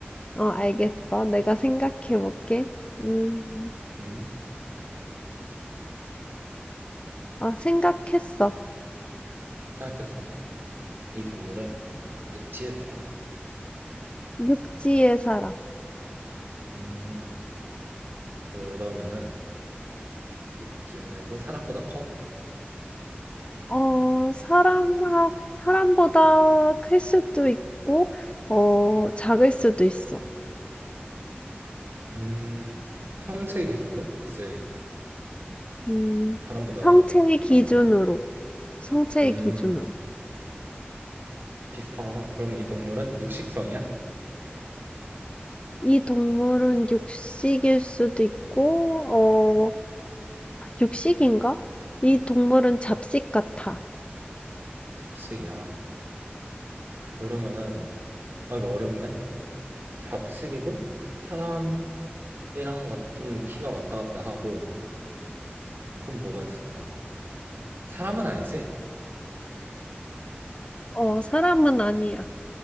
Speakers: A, on the left; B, on the right.
A: 어, 알겠어. 내가 생각해볼게. 음.
B: 음,
A: 아, 생각했어.
B: 생각했어? 이 동물은 육지에 살아?
A: 응. 육지에 살아.
B: 음, 그러면은 육지에 살고 사람보다 커?
A: 어, 사람하, 사람보다 클 수도 있고, 어, 작을 수도 있어.
B: 음, 성체 기준으로 이제
A: 음,
B: 사람보다
A: 성체의 기준으로,
B: 그런 거야?
A: 성체의
B: 음,
A: 기준으로.
B: 비슷하구나. 그러면 이 동물은 육식성이야?
A: 이 동물은 육식일 수도 있고, 어, 육식인가? 이 동물은 잡식 같아.
B: 잡식이야. 그러면은 아 이거 어렵네. 잡식이고 사람이랑 와- 좀 키가 왔다 갔다 하고 그럼 뭐가 있을까? 사람은 아니지?
A: 어, 사람은 아니야.